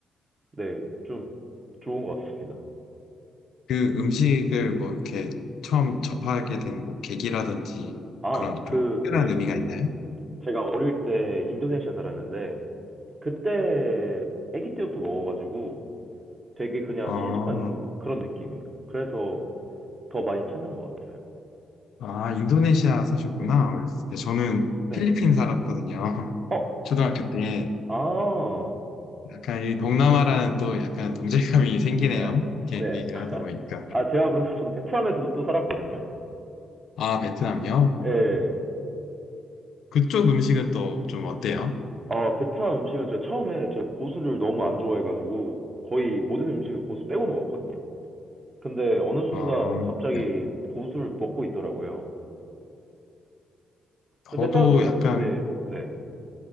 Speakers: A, on the right (about 25°); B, on the left (about 75°).
A: 네, 좀 좋은 것 같습니다.
B: 그 음식을 뭐 이렇게 처음 접하게 된 뭐 계기라든지
A: 아,
B: 그런
A: 그,
B: 좀 특별한
A: 네.
B: 의미가 있나요?
A: 제가 어릴 때 인도네시아 살았는데, 그때 아기 때부터 먹어가지고 되게 그냥
B: 아,
A: 친숙한 그런 느낌이에요. 그래서 더 많이 찾는 것 같아요.
B: 아, 인도네시아 사셨구나. 어렸을 때. 저는
A: 네.
B: 필리핀 살았거든요. <laughs>
A: 어,
B: 초등학교 때.
A: 아,
B: 약간 이 동남아라는
A: 네.
B: 또 약간 동질감이 <laughs> 생기네요.
A: 네.
B: 이렇게
A: 네.
B: 얘기를
A: <laughs>
B: 하다 보니까.
A: 아, 제가 그러면 저도 베트남에서도 또 살았거든요.
B: 아, 베트남이요?
A: 예.
B: 그쪽 음식은 또 좀 어때요?
A: 아, 베트남 음식은 제가 처음에 제가 고수를 너무 안 좋아해가지고 거의 모든 음식을 고수 빼고 먹었거든요. 근데 어느 순간
B: 아,
A: 갑자기
B: 네.
A: 고수를 먹고 있더라고요.
B: 저도
A: 근데 베트남 음식에,
B: 약간
A: 네, 네,